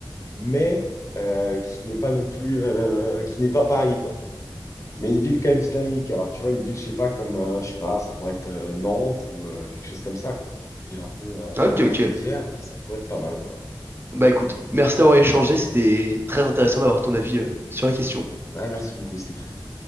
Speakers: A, on the left (about 35°); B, on the right (about 30°).
A: mais euh, qui n'est pas non plus, euh, qui n'est pas Paris, quoi. Mais une ville quand même dynamique. Alors, tu vois, une ville, je sais pas, comme, euh, je sais pas, ça pourrait être euh, Nantes ou euh, quelque chose comme ça, quoi. Une ville un peu euh,
B: Ah, Ok,
A: intermédiaire,
B: ok.
A: ça pourrait être pas mal, voilà.
B: Bah écoute, merci d'avoir échangé, c'était très intéressant d'avoir ton avis euh, sur la question.
A: Ouais, merci beaucoup, c'était très cool.